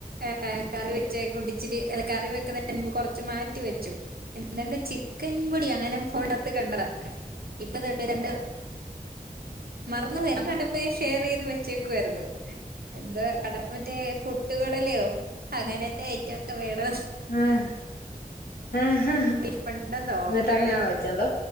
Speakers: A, on the right (about 80°); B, on the left (about 85°).
A: ഏ ഏ കറി വെച്ചേ കുടിച്ചിട്ട് അല്ല കറി വെക്കുന്നേന് മുമ്പ് കൊറച്ച് മാറ്റി വെച്ചു എന്നിട്ട് ചിക്കൻ പൊടി അങ്ങനെ ഫോണിനകത്ത് കണ്ടതാ ഇപ്പം തൊട്ടേ രണ്ട് മറന്ന് പോയി അന്ന് കണ്ടപ്പളേ ഷെയറ് ചെയ്ത് വെച്ചേക്കുവായിരുന്നു എന്താ കട മറ്റേ പൊട്ടുകടലയോ അങ്ങനെത്തെ ഐറ്റൊക്കെ വേണം
B: ആഹ് ആഹ്
A: ഇരിപ്പുണ്ടോ നോക്കണം
B: എന്നിട്ട് അങ്ങനാണോ
A: ഇനി
B: വെച്ചത് അതൊ